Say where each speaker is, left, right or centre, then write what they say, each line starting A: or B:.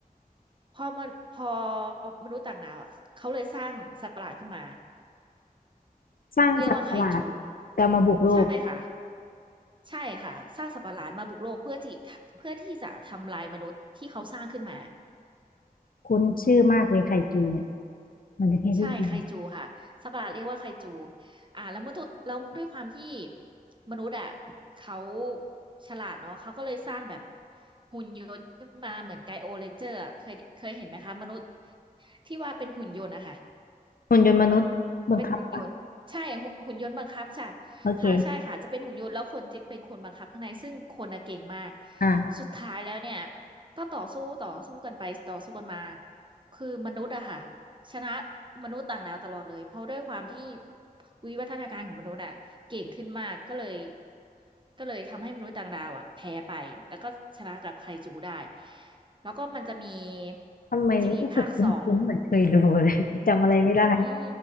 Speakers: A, on the right; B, on the left.
A: พอมันพอมนุษย์ต่างดาวอ่ะเขาเลยสร้างสัตว์ประหลาดขึ้นมา
B: สร้างสัตว์ประหลาด
A: เรียกว่าไคจู
B: จะมาบุกโลก
A: ใช่ค่ะ ใช่ค่ะสร้างสัตว์ประหลาดมาบุกโลกเพื่อที่เพื่อที่จะทำลายมนุษย์ที่เขาสร้างขึ้นมา
B: คุ้นชื่อมากเลยไคจูเนี่ยมันจะแค่ได้ยิน
A: ใช่ไคจูค่ะสัตว์ประหลาดเรียกว่าไคจูอ่าแล้วมนุษย์แล้วด้วยความที่มนุษย์อ่ะเขาฉลาดเนาะเขาก็เลยสร้างแบบหุ่นยนต์ขึ้นมาเหมือนไกโอเรนเจอร์อะเคยเคยเห็นไหมคะมนุษย์ที่ว่าเป็นหุ่นยนต์อะค่ะ
B: หุ่นยนต์มนุษย์บังคับปะ
A: เป็นหุ่นยนต์ใช่หุ่นหุ่นยนต์บังคับค่ะ
B: โอเค
A: ค่ะใช่ค่ะจะเป็นหุ่นยนต์แล้วคนจะเป็นคนบังคับข้างในซึ่งคนน่ะเก่งมาก
B: อ่า
A: สุดท้ายแล้วเนี่ยก็ต่อสู้ต่อสู้กันไปต่อสู้กันมาคือมนุษย์อะค่ะชนะมนุษย์ต่างดาวตลอดเลยเพราะด้วยความที่วิวัฒนาการของมนุษย์อะเก่งขึ้นมากก็เลยก็เลยทำให้มนุษย์ต่างดาวอะแพ้ไปแล้วก็ชนะกับไคจูได้แล้วก็มันจะมี
B: ทำไมรู้สึกคุ้นๆเหมือนเคยดูเลย
A: มันจะมีภาคสอง
B: <laughs> แต่จำอะไรไม่ได้
A: อืม